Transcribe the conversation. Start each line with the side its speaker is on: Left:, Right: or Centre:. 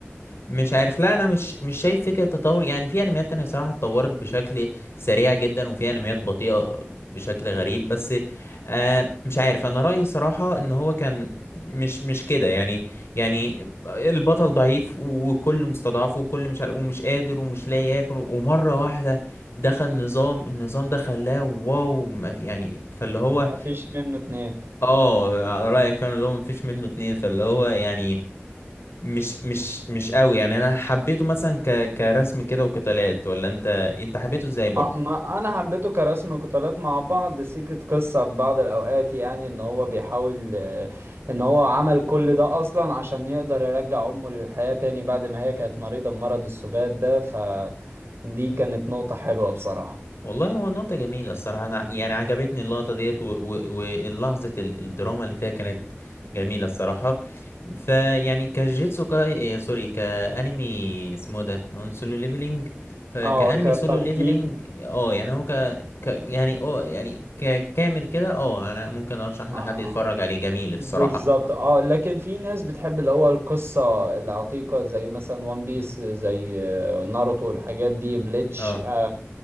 Left: مش عارف لا انا مش مش شايف فكره تطور يعني في انميات تانية صراحه اتطورت بشكل سريع جدا وفي انميات بطيئه بشكل غريب بس آه مش عارف انا رايي صراحه ان هو كان مش مش كده يعني يعني البطل ضعيف وكل مستضعف وكل مش عارف ومش قادر ومش لاقي ياكل ومره واحده دخل نظام النظام ده خلاه واو ما- يعني فاللي هو
Right: ما فيش منه اتنين
Left: اه على رايك فعلا اللي هو مفيش منه اتنين فاللي هو يعني مش مش مش قوي يعني انا حبيته مثلا ك كرسم كده وقتالات ولا انت انت حبيته ازاي برضو
Right: آه، ما
Left: يعني
Right: أنا حبيته كرسم قتالات مع بعض سيكة قصة ببعض الأوقات يعني إن هو بيحاول آه، إن هو عمل كل ده أصلا عشان يقدر يرجع أمه للحياة تاني بعد ما هي كانت مريضة بمرض السبات ده فدي كانت نقطة حلوة بصراحة
Left: والله هو نقطة جميلة الصراحة أنا يعني عجبتني اللقطة ديت و- و- واللحظة ال- الدراما اللي فيها كانت جميلة الصراحة فيعني كجيتسو كاي إيه، سوري كأنمي اسمه ده احنا قلنا سولو ليفلينج فكأنمي
Right: اه تمام
Left: سولو
Right: كتقييم
Left: ليفلينج اه يعني هو ك, ك يعني اه يعني ككامل كده اه أنا ممكن أرشح إن
Right: آه،
Left: حد يتفرج عليه جميل الصراحة
Right: بالظبط اه لكن في ناس بتحب اللي هو القصة العتيقة زي مثلا وان بيس زي آه، ناروتو الحاجات دي بليتش
Left: اه
Right: آه،